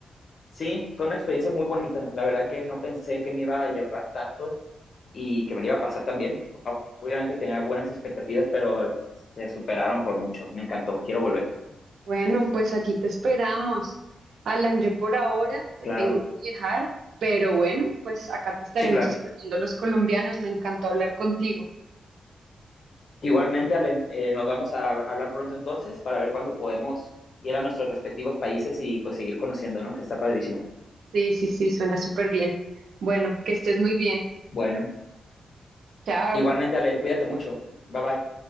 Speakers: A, on the left; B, on the right.
A: sí, fue una experiencia muy bonita. La verdad que no pensé que me iba a llevar tanto y que me lo iba a pasar tan bien Obviamente tenía buenas expectativas, pero se superaron por mucho. Me encantó, quiero volver.
B: Bueno, pues aquí te esperamos. Alan, yo por ahora te
A: Claro.
B: tengo que dejar, pero bueno, pues acá te estaremos
A: Sí, claro.
B: esperando los colombianos. Me encantó hablar contigo.
A: Igualmente, Ale, eh, nos vamos a hablar pronto entonces para ver cuándo podemos ir a nuestros respectivos países y pues seguir conociendo, ¿no? Que está padrísimo.
B: Sí, sí, sí, suena súper bien. Bueno, que estés muy bien.
A: Bueno,
B: Chao.
A: igualmente, Ale, cuídate mucho. Bye bye.